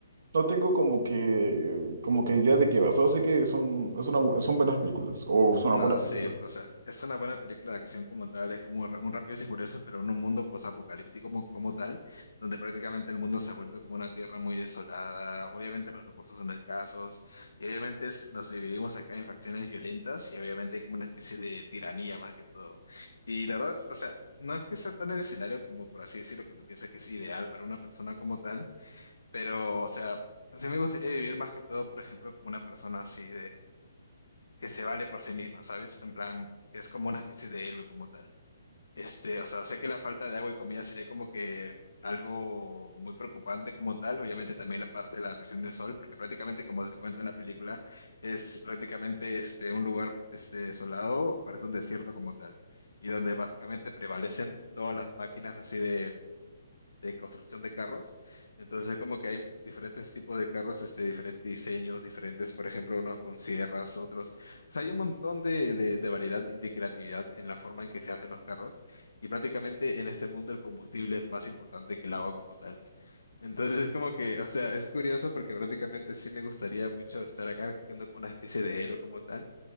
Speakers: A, on the right (about 60°); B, on the left (about 80°).
A: no tengo como que, como que idea de qué va. Solo sé que son, es una bu- son buenas películas, o son
B: No,
A: una buena película.
B: sí, o sea, es una buena película de acción como tal, es como ra- un Rápidos y Furiosos, pero en un mundo posapocalíptico como, como tal, donde prácticamente el mundo se ha vuelto como una tierra muy desolada, obviamente los recursos son escasos, y obviamente es- nos dividimos acá en facciones violentas, y obviamente hay como una especie de tiranía más que todo. Y la verdad, o sea, no es que sea tan el escenario como, por así decirlo, que tú piensas que es ideal para una persona como tal, pero, o sea, sí me gustaría vivir más que todo, por ejemplo, como una persona así que se vale por sí misma, ¿sabes? En plan, que es como una especie de héroe como tal. Este, o sea, sé que la falta de agua y comida sería como que algo muy preocupante como tal, obviamente también la parte de la región de sol, porque prácticamente como te cuento en la película, es prácticamente este un lugar este desolado, parece un desierto como tal, y donde básicamente prevalecen todas las máquinas así de de construcción de carros. Entonces es como que hay diferentes tipos de carros, este, diferentes diseños, diferentes, por ejemplo, unos con sierras, otros. O sea, hay un montón de, de, de variedad y de creatividad en la forma en que se hacen los carros. Y prácticamente en este mundo el combustible es más importante que el agua como tal. Entonces es como que, o sea, es curioso porque prácticamente sí me gustaría mucho estar acá haciendo como una especie de héroe como tal